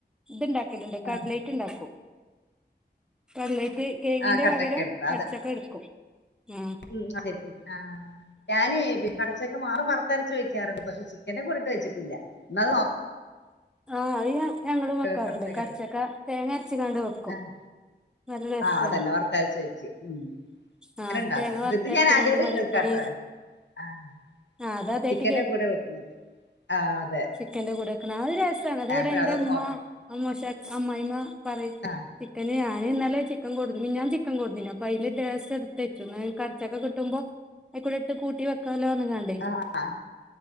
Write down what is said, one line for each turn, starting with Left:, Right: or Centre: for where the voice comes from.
Centre: ഇത്ണ്ടാക്കലുണ്ട് കടലേറ്റ്
Left: ആഹ്
Centre: ഉണ്ടാക്കും കടലേറ്റ് കേങ്ങിന്റെ
Left: ആഹ് കടച്ചക്കയുണ്ട്
Centre: പകരം കടിച്ചൊക്കെ എടുക്കും ആഹ്
Left: ഉം അതെ ആഹ് ഞാന് കടച്ചൊക്കെ മാറു വറത്തരച്ച് വെക്കും റണ്ട് പക്ഷെ ചിക്കൻ്റെ കൂടെയിട്ട് വെച്ചിട്ടില്ല ന്ന് അത് നോ
Centre: ആഹ് അത് ഞങ്ങളും വെക്കാറുണ്ട്
Left: കടച്ചക്ക
Centre: കട്ച്ചക്ക
Left: ഇട്ടിട്ട്
Centre: തേങ്ങ അരച്ച് കാണ്ട് വെക്കും
Left: ആഹ്
Centre: നല്ല ടേസ്റ്റാണ്
Left: ആഹ് അതന്നെ വറത്തരച്ച് വെക്കും ഉം
Centre: ആഹ്
Left: അങ്ങനെ ഇണ്ടാക്കും
Centre: തേങ്ങ വറുത്തരച്ച്കാണ്ട്
Left: ഇത് ഞാൻ ആദ്യായിട്ട്
Centre: മല്ലിപ്പൊടി
Left: കേൾക്കാ ട്ടൊ ആഹ്
Centre: ആഹ് അത് അതായിട്ട്
Left: ചിക്കന്റെ കൂടെ വെക്കുന്നത് ആ അതെ
Centre: ചിക്കന്റെറെ കൂടെ വക്കണത് അ ഒരു രസമാണ് അത് ഇവിടെ
Left: അപ്പൊ
Centre: എന്റെ
Left: അതൊന്ന്
Centre: അമ്മ
Left: നോക്കണം
Centre: അമ്മോശ അമ്മായിമ്മ പറയും
Left: ആഹ്
Centre: ചിക്കന് ഞാന്ന്നലെ ചി ക്കൻ കൊടുന്നു മിഞ്ഞാന്ന് ചിക്കൻ കൊടുന്നീനു അപ്പൊ അയില് ലേസട്ത്ത്ച്ചു കടച്ചക്കെ കിട്ടുമ്പോ. അക്കൂടെട്ട് കൂട്ടി വെക്കല്ലോറഞ്ങ്ങണ്ടേയ്.
Left: ആഹ്